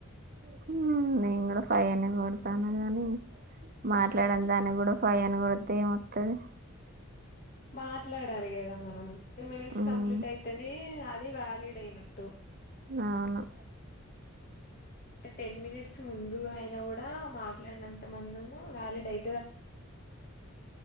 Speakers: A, on the right; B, on the left.
A: హ్మ్ నేను కూడా ఫైవ్ అనే కొడతాను గాని మాట్లాడ నిదానికి కూడా ఫైవ్ అని కొడితే ఏమొత్తాది
B: మాట్లాడాలి కదా మనం టెన్ మినిట్స్
A: ఉమ్
B: కంప్లీట్ అయితేనే అది వాలిడ్ అయినట్టు
A: ఆ అవును
B: అంటే టెన్ మినిట్స్ ముందు అయిన కూడా మాట్లాడినంత మందము వ్యాలిడ్ అయి